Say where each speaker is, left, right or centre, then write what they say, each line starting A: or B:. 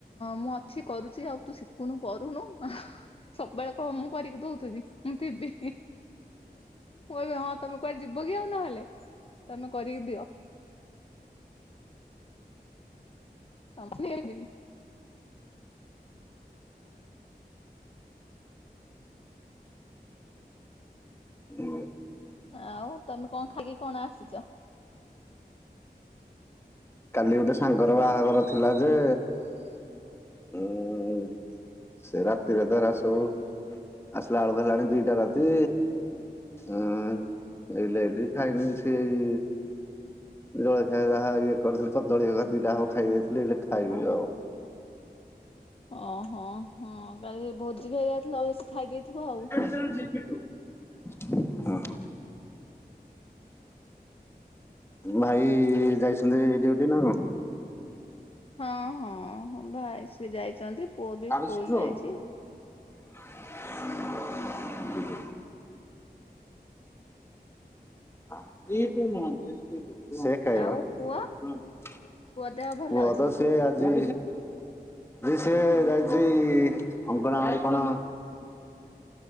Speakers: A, on the left; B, on the left.
A: ମୁଁ ଅଛି କରୁଛି ଆଉ ତୁ ଶିଖୁନୁ କରୁନୁ। ସବୁବେଳେ କ ମୁଁ କରିକି ଦଉଥିବି, ମୁଁ ଥିବି ମୁଁ କହିବି ହଁ। ତମେ କୁଆ ଯିବ କି ଆଉ ନହେଲେ ତମେ କରିକି ଦିଅ। <unintelligible>
B: ଉଁ।
A: ଆଉ ତମେ କଁ ଖାଇକି କଣ ଆସିଚ?
B: କାଲି ଗୋଟେ ସାଙ୍ଗର ବାହାଘର ଥିଲା ଯେ ଉଁ ସେ ରାତିରେ ତ ଏରାସୁ ଆସିଲାଳୁକୁ ହେଲାଣି ଦିଟା ରାତି। ଉଁ ଏଇ ଲାଇଡି ଖାଇନି ସେଇ ଜଳିଖିଆ ଯାହା ଇଏ କରିଥିଲି କଦଳୀ ଦିଟା ହଉ ଖାଇ ଯାଇଥିଲି ହେଲେ ଖାଇବି ଆଉ।
A: ଓହୋ ହଁ କାଲି ଭୋଜି ଖାଇ ଯାଇଥିଲ ବେଶୀ ଖାଇଦେଇଥିବ ଆଉ।
B: ହଁ ହ। ଭାଇ ଯାଇଛନ୍ତି ଡ୍ୟୁଟି ନା କଁ?
A: ହଁ ହଁ ଭାଇ ସି ଯାଇଛନ୍ତି ପୁଅ ବି
B: ଆରିଷ୍ଟୋ।
A: ସ୍କୁଲ ଯାଇଛି।
B: <unintelligible> ହଁ। ସେ ଖାଇବା
A: ଆଉ ପୁଅ
B: ପୁଅ
A: ଦେହ ଭଲ ଅଛି?
B: ତ ସେ ଆଜି ସିଏ ଯାଇଛି ଅଙ୍ଗଣା ବାଡି କଣ